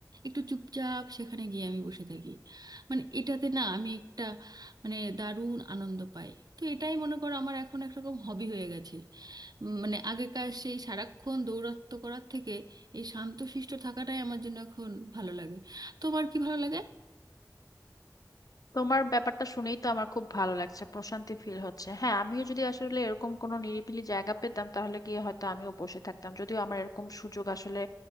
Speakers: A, on the right; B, on the left.
A: একটু চুপচাপ সেখানে গিয়ে আমি বসে থাকি মানে এটাতে না আমি একটা মানে দারুণ আনন্দ পাই তো এটাই মনে করো আমার এখন একরকম হবি হয়ে গেছে উম, মানে আগেকার সেই সারাক্ষণ দৌরাত্ম্য করার থেকে এই শান্তশিষ্ট থাকাটাই আমার জন্য এখন ভালো লাগে তোমার কি ভালো লাগে
B: তোমার ব্যাপারটা শুনেই তো আমার খুব ভালো লাগছে প্রশান্তি ফিল হচ্ছে হ্যাঁ আমিও যদি আসলে এরকম কোনো নিরিবিলি জায়গা পেতাম তাহলে কি হয়তো আমিও বসে থাকতাম যদিও আমার এরকম সুযোগ আসলে